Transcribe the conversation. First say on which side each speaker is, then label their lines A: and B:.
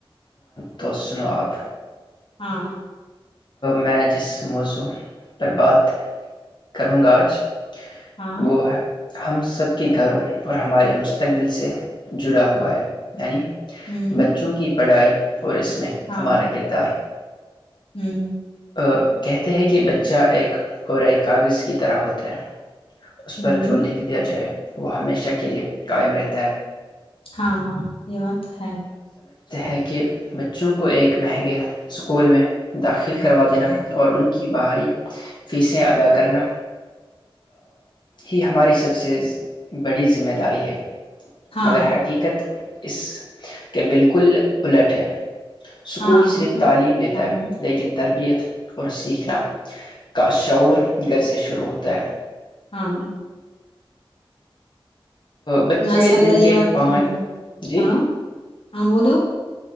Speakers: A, on the left; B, on the left.
A: توس سناو آپ
B: ہاں ہاں
A: میں جس موضوع پر بات کروں گا آج
B: ہاں
A: وہ ہے ہم سب کے گھروں اور ہمارے مستقبل سے جڑا ہوا ہے یعنی
B: ہوں
A: بچوں کی پڑائی اور اس میں
B: ہاں
A: ہمارا کردار
B: ہوں
A: آ، کہتے ہیں کہ بچہ ایک کورۂ کاغذ کی طرح ہوتا ہے اس
B: ہوں
A: پر جو لکھ دیا جائے وہ ہمیشہ کے لیے قائم رہتا ہے
B: ہاں یہ بات ہے
A: ہے کہ بچوں کو ایک مہنگے اسکول میں داخل کروا دینا اور ان کی باہری فیسیں ادا کرنا ہی ہماری سب سے بڑی ذمہ داری ہے
B: ہاں
A: مگر حقیقت اس کے بالکل الٹ ہے سکول
B: ہاں بالکل
A: صرف تعلیم دیتا
B: ہاں
A: ہے تربیت اور سیکھنا کا شعور گھر سے شروع ہوتا ہے
B: ہاں
A: بچے
B: ماشاء اللہ
A: دن
B: یہ
A: کے
B: بات
A: پانچ
B: تو ہے
A: جی
B: ہاں ہاں بولو